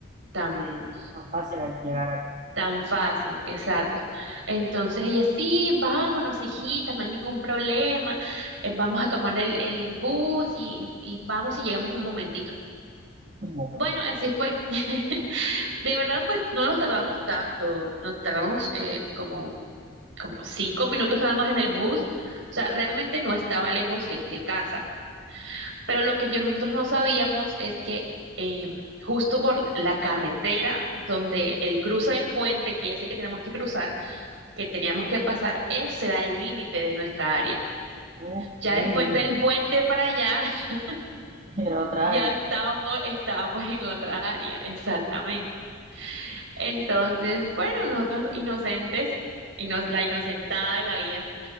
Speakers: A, on the right (about 70°); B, on the right (about 40°).
A: tan,
B: Tan fácil al llegar allá.
A: tan fácil, exacto. Entonces ella, sí, vámonos, hijita, no hay ningún problema, eh, vamos a tomar el, el bus y, y vamos y llegamos un momentito.
B: Un momentito.
A: Bueno, así fue. <laughs> De verdad, pues no nos tardamos tanto, nos tardamos eh, como, como cinco minutos nada más en el bus, o sea, realmente no estaba lejos de, de casa, pero lo que yo, nosotros no sabíamos es que eh, justo por la carretera donde el cruce del puente, que ese que tenemos que cruzar, que teníamos que pasar, ese era el límite de nuestra área.
B: Ok,
A: Ya
B: <laughs>
A: después del puente para allá, <laughs>
B: era otra
A: ya
B: área.
A: estábamos, estábamos en otra área, exactamente. Entonces, bueno, nosotros inocentes, ino- la inocentada de la vida,